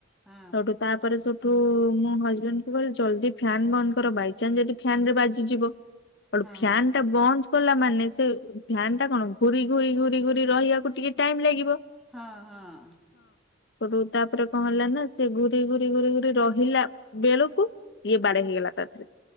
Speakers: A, in the centre; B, on the left.
A: ହଁ
B: ସଠୁ ତାପରେ ତୁ ମୋ ହଜବେଣ୍ଡ କୁ କହିଲେ ଜଲଦି ଫ୍ୟନ୍ ବନ୍ଦ କର ବାଇଚନ୍ସ ଯଦି ଫ୍ୟାନ ରେ ବାଜିଯିବ। ଆ
A: ହଁ।
B: ଫ୍ୟନ୍ ଟା ବନ୍ଦ କଲା ମାନେ ସେ ଫ୍ୟନ କଣ ଘୁରି ଘୁରି ଘୁରି ଘୁରି ରହିବାକୁ ଟିକେ ଟାଇମ ଲାଗିବ।
A: ହଁ ହଁ।
B: ସେଟୁ ତାପରେ କଣ ହେଲା ନା ସେ ଘୁରି ଘୁରି ଘୁରି ଘୁରି ରହିଲା ବେଳକୁ ଇଏ ବାଡେ ହେଇଗଲା ତା ଦେହରେ।